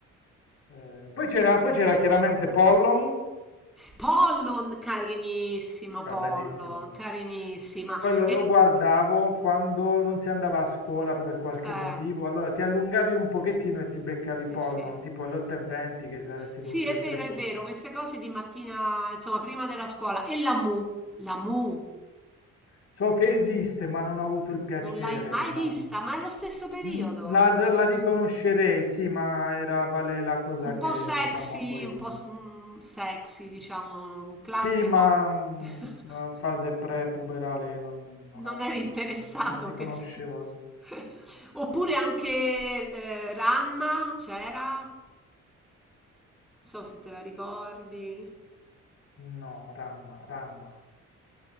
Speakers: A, on the left; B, in the centre.
A: Eh, poi c'era poi c'era chiaramente Pollon,
B: Pollon, carinissima,
A: era
B: Pollon,
A: bellissimo.
B: carinissima.
A: Quello
B: E,
A: lo guardavo quando non si andava a scuola per qualche
B: eh,
A: motivo, allora ti allungavi un pochettino e ti beccavi
B: sì,
A: Pollon,
B: sì.
A: tipo alle 8.20 che saresti
B: Sì,
A: dovuto
B: è
A: essere
B: vero,
A: fuori.
B: è vero, queste cose di mattina, insomma, prima della scuola. E la Mu, la Mu,
A: So che esiste, ma non ho avuto il piacere,
B: non l'hai mai
A: diciamo.
B: vista, ma è lo stesso periodo.
A: Mm, La, la riconoscerei, sì, ma era vale la cosa
B: Un
A: che,
B: po' sexy,
A: diciamo, poi...
B: un po' s- mm, sexy, diciamo, un classico.
A: Sì, ma mm,
B: <laughs>
A: una fase pre-puberale non, non
B: Non
A: ha-
B: eri interessato,
A: non riconoscevo.
B: che se- <laughs>
A: il-
B: Oppure anche eh, Ramma, c'era? Non so se te la ricordi.
A: No, ramma, ramma,